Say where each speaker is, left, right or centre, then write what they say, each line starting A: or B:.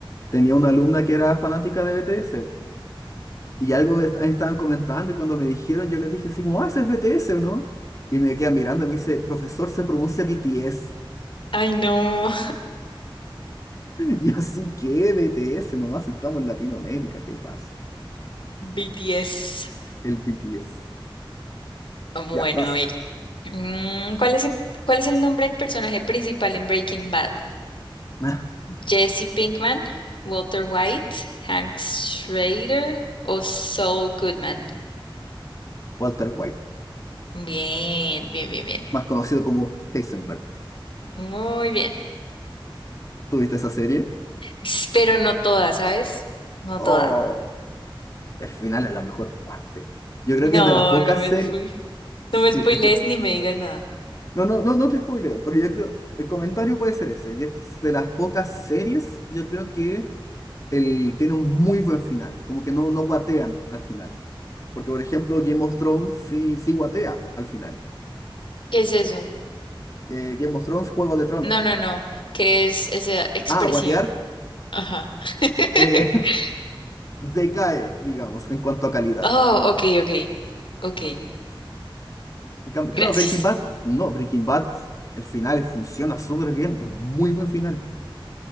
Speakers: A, on the left; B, on the left.
A: tenía una alumna que era fanática de BTS Y algo me est- estaban comentando y cuando me dijeron, yo les dije así como, ah, ese es BTS o no. Y me quedan mirando y me dice, profesor, se pronuncia BTS. <laughs>
B: Ay, no,
A: Y yo así, ¿qué BTS? Nomás si estamos en Latinoamérica, ¿qué pasa?
B: <laughs> BTS.
A: El BTS.
B: Bueno,
A: Ya, vas.
B: a ver.
A: <laughs>
B: mm, ¿cuál es el, cuál es el nombre del personaje principal en Breaking Bad?
A: Ah,
B: ¿Jesse Pinkman, Walter White, Hank Schrader o Saul Goodman?
A: Walter White,
B: Bien, bien, bien, bien.
A: más conocido como Heisenberg.
B: Muy bien.
A: ¿Tuviste esa serie?
B: S- Pero no toda, ¿sabes? No
A: Oh,
B: toda.
A: el final es la mejor parte. Yo creo
B: No,
A: que es de las pocas
B: no me,
A: series.
B: spo-
A: Sí,
B: no me spoilees
A: es que.
B: ni me digas nada.
A: No, no, no, no te spoileo, pero yo creo. El comentario puede ser ese. y es de las pocas series, yo creo que el, tiene un muy buen final, como que no, no guatean al final. Porque, por ejemplo, Game of Thrones sí, sí guatea al final.
B: ¿Qué es eso?
A: Eh, Game of Thrones, Juego de Tronos.
B: No, no, no. ¿Qué es esa expresión?
A: Ah, guatear
B: Ajá. <laughs>
A: eh, <laughs> decae, digamos, en cuanto a calidad.
B: Oh, ok, ok. Ok,
A: En cam- Claro,
B: gracias.
A: Breaking Bad, no, Breaking Bad, el final funciona súper bien, es un muy buen final.